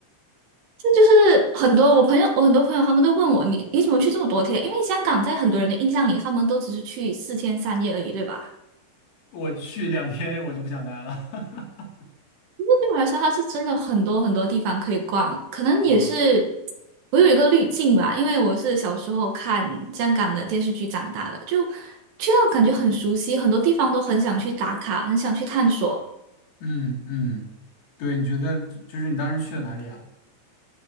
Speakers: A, on the right (about 65°); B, on the left (about 75°).
A: 这就是很多我朋友，我很多朋友他们都问我，你你怎么去这么多天？因为香港在很多人的印象里，他们都只是去四天三夜而已，对吧？
B: <laughs> 我去两天我就不想待了。
A: 那对我来说，它是真的很多很多地方可以逛，可能也是
B: <laughs> 啊，
A: 我有一个滤镜吧，因为我是小时候看香港的电视剧长大的，就去到感觉很熟悉，很多地方都很想去打卡，很想去探索。
B: 嗯嗯，对，你觉得就是你当时去了哪里啊？